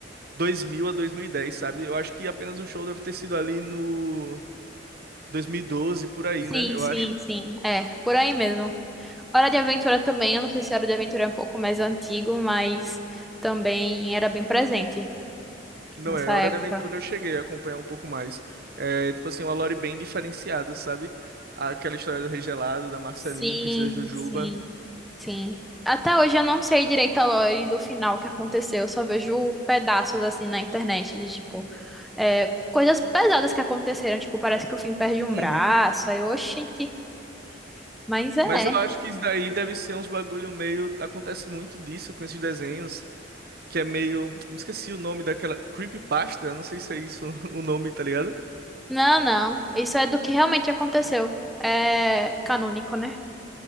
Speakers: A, on the right (about 55°); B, in the centre.
A: 2000 a dois mil e dez sabe? Eu acho que apenas um show deve ter sido ali no 2012 por aí,
B: Sim,
A: né? Eu
B: sim,
A: acho.
B: sim. É, por aí mesmo. Hora de Aventura também, eu não sei se Hora de Aventura é um pouco mais antigo, mas também era bem presente
A: Não
B: nessa
A: é, Hora
B: época.
A: da Aventura eu cheguei a acompanhar um pouco mais. É, tipo assim, uma lore bem diferenciada, sabe? Aquela história do Rei Gelado, da Marceline,
B: Sim,
A: Princesa Jujuba.
B: sim, sim. Até hoje eu não sei direito a lore do final que aconteceu, eu só vejo pedaços assim na internet de tipo é, coisas pesadas que aconteceram, tipo, parece que o Finn perde um
A: Uhum,
B: braço, aí, oxente, mas é.
A: Mas eu acho que isso daí deve ser uns bagulho meio. Acontece muito disso com esses desenhos, que é meio. Me esqueci o nome daquela. Creepypasta? Não sei se é isso <laughs> o nome, tá ligado?
B: Não, não, isso é do que realmente aconteceu. É canônico, né?